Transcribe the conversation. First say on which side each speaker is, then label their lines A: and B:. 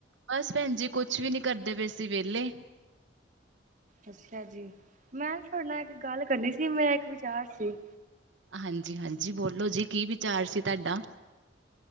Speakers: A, on the right; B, on the right.
A: ਬਸ ਭੈਣ ਜੀ ਕੁਛ ਵੀ ਨੀ ਕਰਦੇ ਪਏ ਸੀ, ਵਿਹਲੇ।
B: ਅੱਛਾ ਜੀ, ਮੈਂ ਤੁਹਾਡੇ ਨਾਲ ਇੱਕ ਗੱਲ ਕਰਨੀ ਸੀ, ਮੇਰਾ ਇੱਕ ਵਿਚਾਰ ਸੀ।
A: ਹਾਂਜੀ-ਹਾਂਜੀ, ਬੋਲੋ ਜੀ, ਕੀ ਵਿਚਾਰ ਸੀ ਤੁਹਾਡਾ?